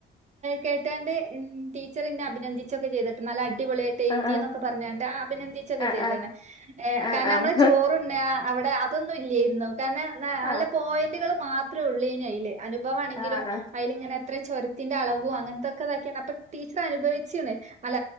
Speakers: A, on the right; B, on the left.
A: കേട്ടാണ്ട് ടീച്ചർയെന്നെ അഭിനന്ദിച്ചൊക്കെ ചെയ്തിട്ട് നല്ല അടിപൊളിയായിട്ട്
B: ആഹ്
A: എഴുതിഎന്നെക്കെ പറഞ്ഞണ്ട് അഭിനന്ദിച്ചൊക്കെ
B: ആഹ്
A: ചെയ്താണ്
B: ആഹ്
A: ഏ
B: ആഹ്
A: കാരണം നമ്മളെ
B: ആഹ്
A: ചോറു ഉണ്ണുകണ് അവിടെ ഇതൊന്നും ഇല്ലായിരുന്നോ കാരണം നല്ല
B: ആഹ്
A: പോയിന്റുകളും മാത്രേ ഉള്ളു ഇല്ലേന കയ്യിലെ ഉഭമാണെങ്കിലും
B: ആഹ് ആഹ്
A: അയിലിങ്ങനെ അത്ര ചുരത്തിന്റെ അളവും അങ്ങനെത്തൊക്കെതാക്കിയാണ് അപ്പൊ ടീച്ചർ അനുഭവിച്ചാണ് അല്ല